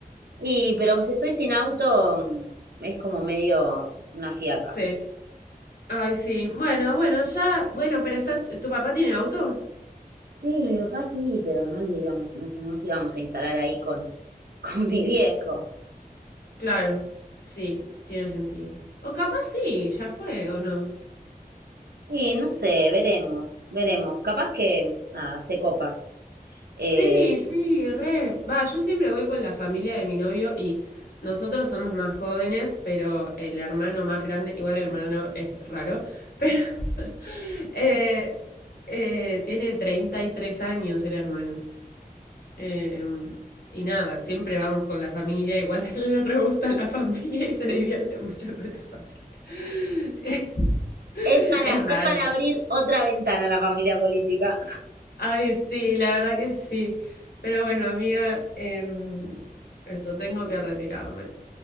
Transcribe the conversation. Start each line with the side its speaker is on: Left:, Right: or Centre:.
Right: Y, pero si estoy sin auto, mm, es como medio una fiaca.
Left: Sí. Ay, sí. Bueno, bueno, ya. Bueno, pero está. ¿Tu papá tiene auto?
Right: Sí, mi papá sí, pero no le íbamos, no, se- no nos íbamos a instalar ahí con, <laughs> con mi viejo.
Left: Claro. Sí, tiene sentido. O capaz sí, ya fue, ¿o no?
Right: Y no sé, veremos, veremos. Capaz que, nada, se copa. Eh,
Left: Sí, sí, re. Va, yo siempre voy con la familia de mi novio y nosotros somos más jóvenes, pero el hermano más grande, igual el hermano es raro, pero <laughs> eh, eh, tiene 33 años el hermano. Eh, y nada, siempre vamos con la familia, igual a él le re gusta la familia y se divierte mucho con la familia. <laughs>
Right: Es para,
Left: Es raro.
Right: es para abrir otra ventana a la familia política.
Left: Ay, sí, la verdad que sí. Pero bueno, amiga, em, eso, tengo que retirarme.